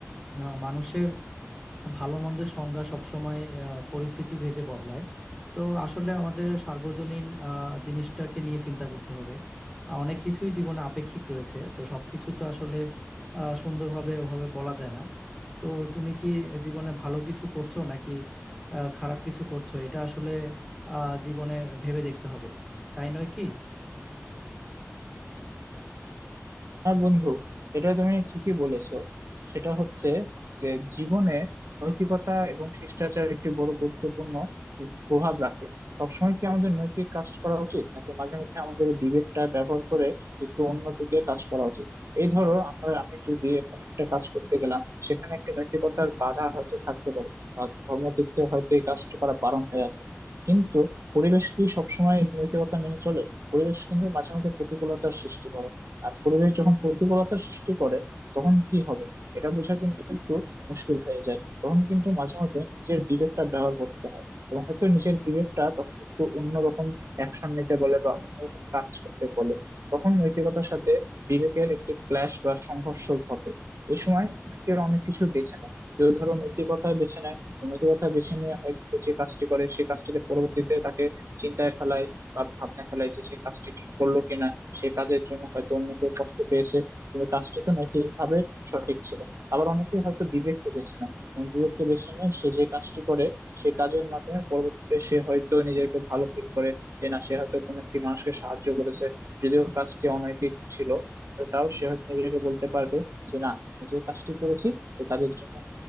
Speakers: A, in the centre; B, on the right.
A: আহ, মানুষের ভালো মন্দের সংজ্ঞা সবসময় আহ, পরিস্থিতি ভেদে বদলায় তো আসলে আমাদের সার্বজনীন আহ, জিনিসটাকে নিয়ে চিন্তা করতে হবে আহ, অনেক কিছুই জীবনে আপেক্ষিক রয়েছে তো সবকিছু তো আসলে আহ, সুন্দরভাবে ওভাবে বলা যায় না তো তুমি কি জীবনে ভালো কিছু করছো নাকি আহ, খারাপ কিছু করছো এটা আসলে আহ, জীবনে ভেবে দেখতে হবে তাই নয় কি
B: হ্যাঁ বন্ধু এটা তুমি ঠিকই বলেছো সেটা হচ্ছে যে জীবনে নৈতিকতা এবং শিষ্টাচার একটি বড় গুরুত্বপূর্ণ প্রভাব রাখে সবসময় কি আমাদের নৈতিক কাজ করা উচিত নাকি মাঝে মধ্যে আমাদের বিবেকটা ব্যবহার করে একটু অন্য দিকে কাজ করা উচিত এই ধরো আমরা আমি যদি এখন একটা কাজ করতে গেলাম সেখানে একটি নৈতিকতার বাধা হয়তো থাকতে পারে বা ধর্ম দিক থেকে হয়তো এই কাজটা করা বারণ হয়ে আছে কিন্তু পরিবেশ কি সবসময় এই নৈতিকতা মেনে চলে পরিবেশ কিন্তু মাঝে মধ্যে প্রতিকূলতার সৃষ্টি করে আর পরিবেশ যখন প্রতিকূলতা সৃষ্টি করে তখন কি হবে এটা বোঝা কিন্তু একটু মুশকিল হয়ে যায় তখন কিন্তু মাঝে মাঝে নিজের বিবেকটা ব্যবহার করতে হয় এবং হয়তো নিজের বিবেকটা তখন একটু অন্যরকম অ্যাকশন নিতে বলে বা অন্যরকম কাজ করতে বলে তখন নৈতিকতার সাথে বিবেকের একটি ক্ল্যাশ বা সংঘর্ষ ঘটে এই সময় অনেকে অনেক কিছু বেছে নেয় কেউ ধরো নৈতিকতা বেছে নেয় নৈতিকতা বেছে নিয়ে হয়তো যে কাজটি করে সেই কাজটিতে পরবর্তীতে তাকে চিন্তায় ফেলায় বা ভাবনা ফেলায় যে সে কাজটি ঠিক করলো কিনা সে কাজের জন্য হয়তো অন্য কেউ কষ্ট পেয়েছে কিন্তু কাজটি তো নৈতিকভাবে সঠিক ছিল আবার অনেকে হয়তো বিবেককে বেছে নেয় এবং বিবেককে বেছে নিয়ে সে যে কাজটি করে সেই কাজের মাধ্যমে পরবর্তীতে সে হয়তো নিজেকে ভালো ফিল করে যে না সে হয়তো কোনো একটি মানুষকে সাহায্য করেছে যদিও কাজটি অনৈতিক ছিল কিন্তু তাও সে হয়তো নিজেকে বলতে পারবে যে না আমি যে কাজটি করেছি এই কাজের জন্য